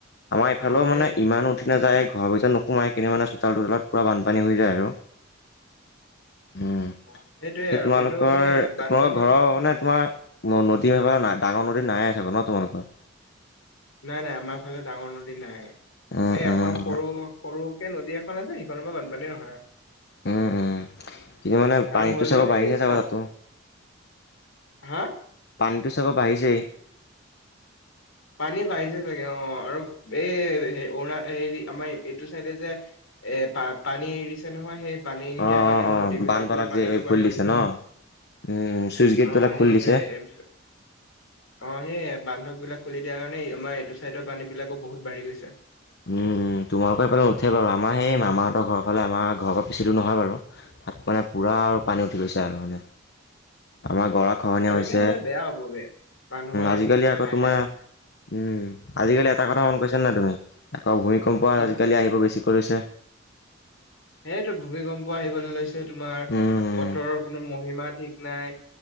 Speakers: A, on the left; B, on the left.
A: আমাৰ ইফালেও
B: অ সেই
A: মানে ইমান উঠি নাযায়ে। ধহা পইচা নোসোমাই কিনে মানে চোতাল চোতালত পূৰা বানপানী হৈ যায় আৰু। উম
B: অ, সেইটোয়ে
A: সেই
B: আৰু
A: তোমালোকৰ
B: কিন্তু সেই বানপানীত
A: তোমালোকৰ ঘৰৰ মানে তোমাৰ। ম নদী নাই ডাঙৰ নদী নাই আছে ব ন তোমালোকৰ।
B: নাই নাই আমাৰ ফালে ডাঙৰ নদী নাই
A: উম
B: এ
A: উম
B: এখন সৰু সৰু। একে নদী এখন আছে সিখনৰ পৰা বানপানী নহয় আৰু।
A: উম উম কিন্তু মানে পানীতো
B: আৰু হ'লেও
A: চাগ বাঢ়িছে
B: সেই
A: চাগ
B: চাপ
A: তাতো।
B: হা।
A: পানীটো চাগৰ আহিছেই।
B: পানী বাঢ়িছে চাগে অ আৰু এই অৰুণা হেৰি আমাৰ এইটো চাইডে যে। এ পা পানী এৰিছে নহয় সেই। পানী এৰি দিয়াৰ
A: অ
B: কাৰণে
A: অ অ
B: নদীবিলাকৰ
A: বানখনত
B: পানীটো বাঢ়ি
A: খুলি দিছে
B: গৈছে
A: ন। উম চুইচ গেট
B: অ
A: দু এটা খুলি
B: সেইটোৱে
A: দিছে।
B: এ- অ সেই বান্ধক বিলাক খুলি দিয়াৰ কাৰণে আমাৰ এইটো চাইডৰ পানী বিলাকো বহুত বাঢ়ি গৈছে।
A: উম উম তোমালোকৰ সেইফালে নুঠে বাৰু আমাৰ সেই মামাহঁতৰ ঘৰ ফালে আমাৰ ঘৰৰ পৰা পিছিটো নহয় বাৰু। মানে পূৰা আৰু
B: অ
A: পানী
B: অ
A: উঠি গৈছে আৰু মানে আমাৰ। গৰা খহনীয়া
B: এনেকে
A: হৈছে
B: হলে বেয়া হ'ব বে মানুহৰ
A: আজিকালি আকৌ
B: আহে
A: তোমাৰ। উম আজিকালি এটা কথা মন কৈছা নাই তুমি আকৌ ভূমিকম্প
B: কি
A: আজিকালি
B: বা
A: আহিব বেছি। কৰিছে।
B: সেইটো ভূমিকম্প আহিবলৈ লৈছে তোমাৰ
A: উম
B: বতৰৰ কোনো মহিমা ঠিক নাই।